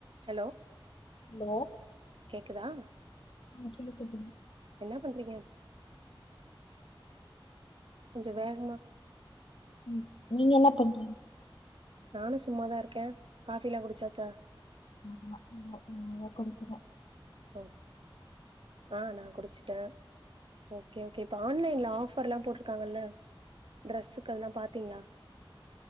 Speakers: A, on the right; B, on the left.
A: Hello
B: hello
A: கேக்குதா
B: ஆ கேக்குது
A: என்ன பண்றீங்க கொஞ்சோ வேகமா
B: ம் நீங்க என்னா பண்
A: நானும் சும்மாதா இருக்கேன் காஃபிலாம் குடிச்சாச்சா
B: ஆஹான் இல்ல இனிமே தா குடிக்கணு
A: ஓ ஆ நா குடிச்சி ட்ட ம் ஓகே ஓகே இப்ப ஆன்லைன்ல ஆஃப் ஆஃபர்ல்லாம் போட்ருக்காங்கல்ல ட்ரெஸ்ஸுக்கு அதுல்லாம் பாத்தீங்களா